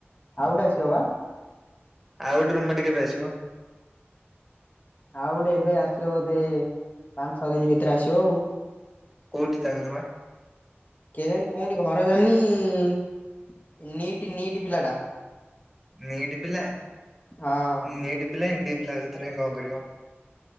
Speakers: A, on the left (about 40°); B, in the centre.
A: ଆଉ ଗୋଟେ ଆସିବ ବା।
B: ଆଉ ଗୋଟେ ରୁମମେଟ୍ କେବେ ଆସିବ?
A: ଆଉ ଉଟେ ଏବେ ଆସିବ ବୋଧେ ପାଞ୍ଚ, ଛଅ ଦିନ ଭିତରେ ଆସିବ ଆଉ।
B: କୋଉଠି ତା ଘର ବା?
A: କେଇଜାଣି କୋଉଁଠି ଘର ଜାଣିନି ନିଟି ନିଟି ପିଲାଟା।
B: ନିଟି ପିଲା
A: ହଁ।
B: ନିଟ୍ ପିଲା ଏମ୍ ବିଏ ପିଲା ସେଥିରେ କଣ କରିବ?